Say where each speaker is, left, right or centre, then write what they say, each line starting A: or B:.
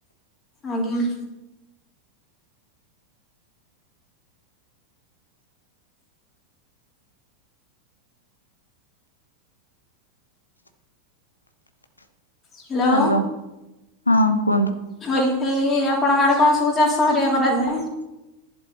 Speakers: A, on the left (about 25°); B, on the left (about 80°).
A: ଆଜ୍ଞା। ହେଲୋ।
B: ହାଲୋ ହଁ କୁହନ୍ତୁ?
A: <unintelligible> ଏଇ ଆପଣଙ୍କ ଆଡେ କଣ ସବୁ ଚାଷ ହେରିକା କରାଯାଏ?